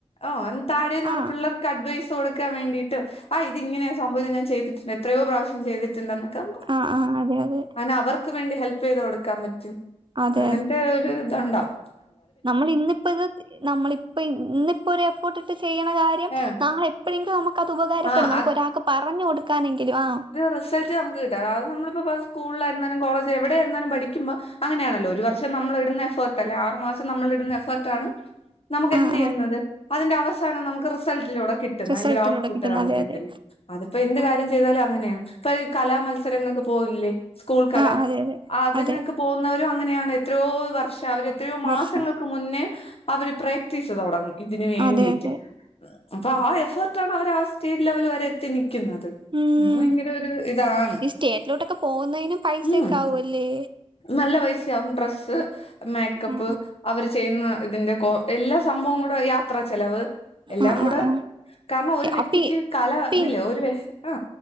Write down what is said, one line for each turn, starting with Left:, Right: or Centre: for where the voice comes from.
Left: ഓ! അന്ന് താഴേന്ന്
Right: ആ
Left: വന്ന പിള്ളേർക്ക് അഡ്വൈസ് കൊടുക്കാൻ വേണ്ടിയിട്ട് ആ ഇത് ഇങ്ങനെയൊ രു സംഭവം ഞാൻ ചെയ്തിട്ടുണ്ടാ എത്രയോ പ്രാവശ്യം ചെയ്ത്ട്ടുണ്ട ന്നൊക്കെ-
Right: ആ ആ അതെയതെ.
Left: അനെ അവർക്ക് വേണ്ടി ഹെൽപ് ചെയ്തൊടുക്കാൻ പറ്റും.
Right: അതെ
Left: അങ്ങനത്തെ ഒരിതുണ്ടാവും.
Right: നമ്മളിന്നിപ്പത് നമ്മളി ഇപ്പോ ഇന്നിപ്പൊരു എഫോർട്ടിട്ട് ചെയ്യ്ണ കാര്യം
Left: ഏ
Right: നാളെപ്പഴങ്കി നമു ക്കതുപകാരപ്പെടും,
Left: ആഹ്
Right: നമുക്ക് ഒരാക്ക് പറഞ്ഞു കൊടുക്കാനെങ്കിലും ആ
Left: റിസൽ റ്റ് നമ്മക്ക്‌ കിട്ടണം. അത് നമ്മളിപ്പോ സ്കൂളിലായിരുന്നാലും, കോളജ് എവിടായിരുന്നാലും, പഠിക്ക്മ്പൊ അങ്ങനാണല്ലോ ഒരു വർഷം നമ്മളിടുന്ന എഫർട്ട് അല്ലാ ആറു മാസം നമ്മളിടുന്ന എഫർട്ടാണ്- നമുക്കെന്തെയ്യുന്നത്?
Right: ആ ആ
Left: അതിന്റെ അവസാനം നമുക്ക് റിസൾട്ടിലൂടെ കിട്ടുന്ന
Right: റിസൾട്ടിലൂടെ
Left: അയ്ന്റൊരു ഔട്ട്പുട്ട്
Right: കിട്ടുന്ന
Left: നമുക്കിട്ടുന്നു.
Right: അതെ അതെ
Left: അത്പ്പോ എന്ത്
Right: ആ
Left: കാര്യം ചെയ്താലും അങ്ങനേണ്, ഇപ്പൊ ഈ കലാ മത്സരങ്ങക്ക് പോവുല്ലേ! സ്കൂൾകല
Right: ആ അതെ അതെ
Left: അതിനൊക്കെ
Right: അതെ
Left: പോകുന്നവരും അങ്ങനെയാണ്, എത്രയോ വർഷം അവർ എത്രയോ മാസങ്ങൾ-
Right: വർഷം
Left: ക്ക്‌ മുന്നേ, അവര് പ്രാക്ടീസ് തൊടങ്ങും ഇതിന് വേണ്ടിട്ട്
Right: അതെ അതെ
Left: അപ്പൊ ആ എഫേർട്ടാണവര് ആ സ്റ്റേറ്റ്ലെവല് വരെ എത്തി നിക്ക്‌ന്നത്.
Right: ഉം
Left: അഹ്‌ ഭയങ്കരൊര് ഇതാണ്
Right: ഈ സ്റ്റേറ്റിലോട്ടൊക്കെ പോകുന്നതിനും പൈസയൊക്കെ
Left: ഉം
Right: ആവുമല്ലേ
Left: നല്ല പൈസ്യാവും, ഡ്രെസ്സ് മേക്കപ്പ്-
Right: ആ
Left: അവര് ചെയ്യുന്ന ഇതിന്റെ എല്ലാ കൊ എല്ലാ സംഭവം കൂടെ യാത്ര ചെലവ്- എല്ലാംകൂടെ,
Right: ആ ആ ആ ആ
Left: കാരണം ഒരു വ്യക്തിക്ക്
Right: അപ്പി
Left: കല
Right: പിൻ
Left: ന്നില്ലേ ഒരു വ ആ